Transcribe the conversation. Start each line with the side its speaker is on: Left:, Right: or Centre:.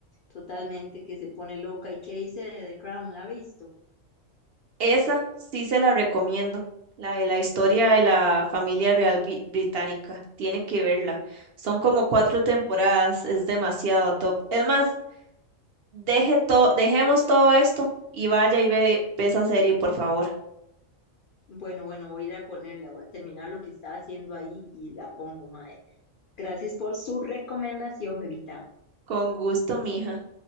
Left: totalmente que se pone loca. ¿Y qué dice de The Crown? ¿La ha visto?
Right: Esa sí se la recomiendo, la de la historia de la familia real bi- británica. Tiene que verla. Son como cuatro temporadas, es demasiado top. Es más, deje to- dejemos todo esto y vaya y ve, ve esa serie, por favor.
Left: Bueno, bueno, voy a ir a ponerla, voy a terminar lo que estaba haciendo ahí y la pongo, mae. Gracias por su recomendación, Bebita.
Right: Con gusto, mija.